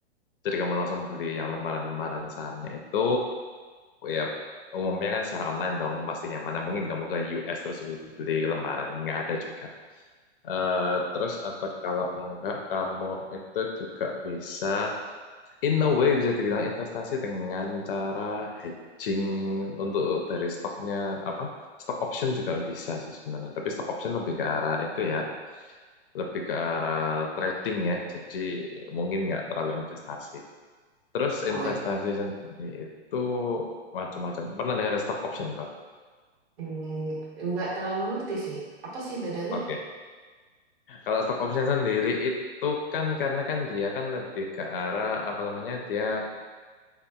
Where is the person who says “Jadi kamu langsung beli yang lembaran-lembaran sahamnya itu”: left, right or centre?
Left